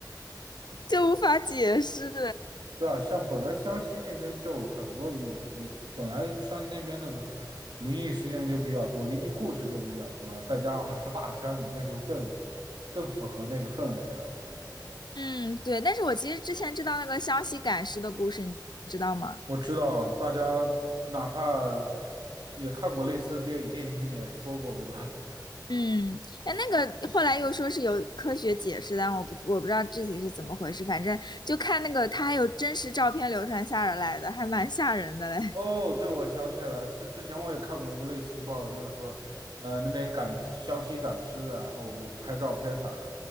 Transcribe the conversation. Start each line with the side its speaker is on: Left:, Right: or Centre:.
Left: 就无法解释。
Right: 对啊，像本来湘西那边就很多有有，本来湘西那边那个灵异事件就比较多，灵异故事就比较多，再加上还是大山里，那就更更符合那个氛围了，我觉得。
Left: 嗯，对。但是我其实之前知道那个湘西赶尸的故事，你知道吗？
Right: 我知道大家哪怕也看过类似的电影，电影里面也说过，对吧？<laughs>
Left: 嗯，但那个后来又说是有科学解释，但我不我不知道具体是怎么回事。反正就看那个，他还有真实照片流传下来的，还蛮吓人的嘞。
Right: 哦，对，我想起来，是之前我也看过一个类似的报道，就是说，呃，那边赶湘西赶尸的，然后有拍照片啥的，